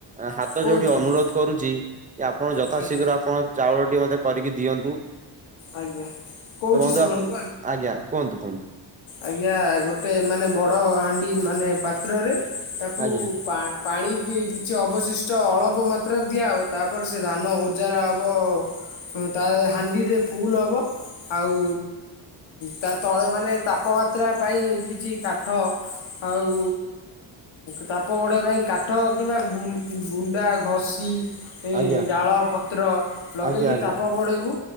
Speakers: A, on the right; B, on the left.
A: ହାତ
B: କହୁଛନ୍ତି
A: ଯୋଡି ଅନୁରୋଧ କରୁଛି କି ଆପଣ ଯଥାଶୀଘ୍ର
B: ଆଜ୍ଞା।
A: ଆପଣ ଚାଉଳ ମତେ କରିକି ଦିଅନ୍ତୁ
B: ଆଜ୍ଞା କହୁଛି
A: ତ ବନ୍ଧୁଣ
B: ଶୁଣନ୍ତୁ
A: ଆଜ୍ଞା କୁହନ୍ତୁ କୁହନ୍ତୁ।
B: ଆଜ୍ଞା ଗୋଟେ ମାନେ ବଡ଼ ହାଣ୍ଡି ମାନେ ପାତ୍ରରେ ତାକୁ
A: ଆଜ୍ଞା
B: ପା ପାଣି କି କିଛି ଅବଶିଷ୍ଟ ଅଳପ ମାତ୍ରାରେ ଦିଆହେବ ତାପରେ ସେ ଧାନ ଉଜାରା ହେବ ତା ହାଣ୍ଡିରେ ଫୁଲ ହବ ଆଉ ତା ତଳେ ମାନେ ତାପମାତ୍ରା ପାଇଁ କିଛି କାଠ ଆଉ ତାପ ବଢ଼ିବା ପାଇଁ କାଠ କିମ୍ବା ଗୁଣ୍ଡା ଘଷି ଏ
A: ଆଜ୍ଞା
B: ଡାଳ ପତ୍ର ଲଗେଇକି
A: ଆଜ୍ଞା
B: ତାପ ବଡ଼ାଇବୁ